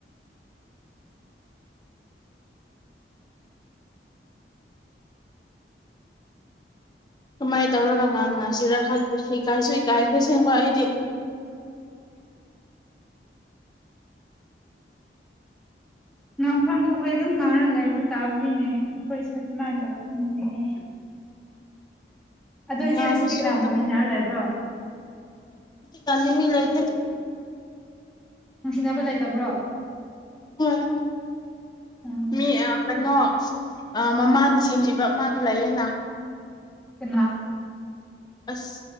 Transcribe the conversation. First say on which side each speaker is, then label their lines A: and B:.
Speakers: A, on the left; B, in the centre.
A: ꯀꯃꯥꯏꯅ ꯇꯧꯔꯒ ꯉꯥꯡꯅꯁꯤꯔꯥ ꯈꯪꯗꯦ ꯏꯀꯥꯏꯁꯨ ꯏꯀꯥꯏꯈ꯭ꯔ ꯑꯁꯦꯡꯕ ꯑꯩꯗꯤ
B: ꯉꯪ ꯐꯝ ꯊꫭꯛ ꯑꯩꯈꯣꯏ ꯑꯗꯨꯝ ꯉꯥꯡꯅ ꯂꯩꯥꯏꯕ ꯇꯥꯕꯅꯤꯅꯦ ꯑꯩꯈꯣꯏꯁꯨ ꯁꯨꯃꯥꯏꯅ ꯇꯧꯔꯛꯄꯅꯤꯅꯦ ꯑꯗꯣ ꯏꯆꯦ
A: ꯉꯥꯡꯉꯁꯨ
B: ꯂꯁꯤꯗꯤ ꯀꯅꯥꯒꯨꯝ ꯁꯤꯟꯅꯔ ꯂꯩꯕ꯭ꯔꯣ
A: ꯇꯜꯂꯦ ꯃꯤ ꯂꯩꯇꯦ
B: ꯅꯨꯡꯁꯤꯅꯕ ꯂꯩꯇꯕ꯭ꯔꯣ
A: ꯍꯣꯏ
B: ꯎꯝ
A: ꯃꯤ ꯀꯩꯅꯣ ꯃꯃꯥ ꯁꯦꯝꯕꯤꯕ ꯑꯃꯗꯨ ꯂꯩꯌꯦꯅ
B: ꯑ <unintelligible>
A: ꯑꯁ